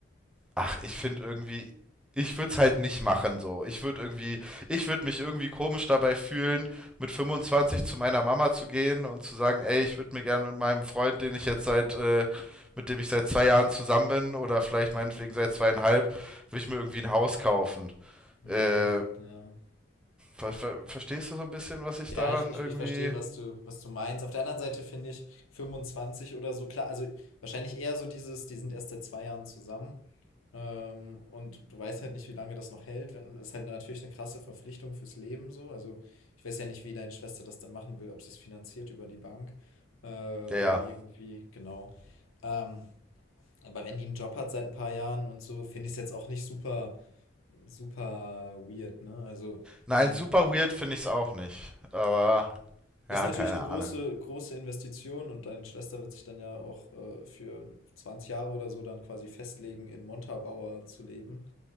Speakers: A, in the centre; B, on the left.
A: ach, ich finde irgendwie, ich würde es halt nicht machen so. Ich würde irgendwie, ich würde mich irgendwie komisch dabei fühlen, mit 25 zu meiner Mama zu gehen und zu sagen, ey, ich würde mir gerne mit meinem Freund, den ich jetzt seit, äh, mit dem ich seit zwei Jahren zusammen bin oder vielleicht meinetwegen seit zweieinhalb, würde ich mir irgendwie ein Haus kaufen.
B: hm,
A: Äh,
B: ja.
A: Ver ver verstehst du so ein bisschen, was ich
B: Ja,
A: daran
B: ich, ich,
A: irgendwie.
B: ich verstehe, was du, was du meinst. Auf der anderen Seite finde ich 25 oder so, klar, also wahrscheinlich eher so dieses, die sind erst seit zwei Jahren zusammen. Ähm, und du weißt halt nicht, wie lange das noch hält. Wenn- Das ist halt natürlich eine krasse Verpflichtung fürs Leben so. Also ich weiß ja nicht, wie deine Schwester das dann machen will, ob sie es finanziert über die Bank äh, oder
A: Ja, ja.
B: irgendwie, genau. Ähm, aber wenn die einen Job hat seit ein paar Jahren und so, finde ich es jetzt auch nicht super, super weird, ne? Also
A: Nein,
B: ich meine,
A: super weird finde ich es auch nicht. Aber
B: Ist
A: ja,
B: natürlich
A: keine
B: eine große,
A: Ahnung.
B: große Investition und deine Schwester wird sich dann ja auch äh, für 20 Jahre oder so dann quasi festlegen, in Montabaur zu leben,